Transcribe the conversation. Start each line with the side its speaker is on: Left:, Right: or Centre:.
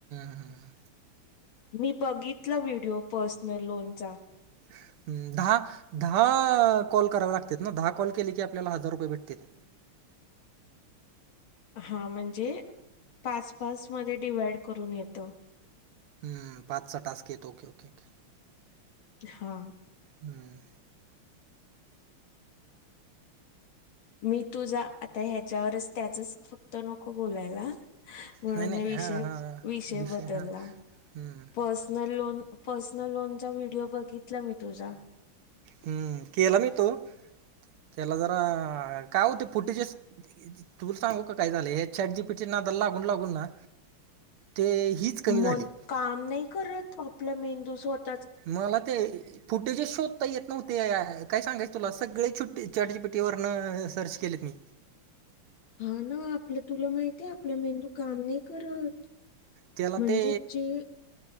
Right: हम्म.
Left: मी बघितला व्हिडिओ पर्सनल लोनचा
Right: हम्म दहा दहा कॉल करावे लागत ना दहा कॉल केले की आपल्याला हजार रुपये भेटते <inaudible>
Left: हा म्हणजे पाच पाच मध्ये डिवा्हाइड करून येत
Right: हम्म पाच स टासक येतो ओके ओके ओके
Left: हा
Right: हम
Left: मी तुझा आता ह्याच्यावरच त्याचच फक्त नको बोलायला. म्हणून
Right: नाही नाही
Left: मी विष
Right: हां हां
Left: विषय बदलला.
Right: हां हम्म.
Left: पर्सनल लोन पर्सनल लोनचा व्हिडिओ बघितला मी तुझा
Right: हम्म केला मी तो त्याला जरा काय होते फुटेजेस तुला सांगू का काय झालं हे चाट जीपीटीने नादाला लागुन लागुन ना, ते हीच कमी झाली
Left: मन काम नाही करत आपला मेंदूस वाट
Right: मला ते फुटेजच शोध ता येत नव्हते काय सांगायच तुला सगळेट चाट जीटीपिटी वरन सर्च केलेत मी
Left: हा ना आपलं तुला माहिती आहे आपला मेंदू काम नाही करत.
Right: त्याला
Left: म्हणजे
Right: ते
Left: जे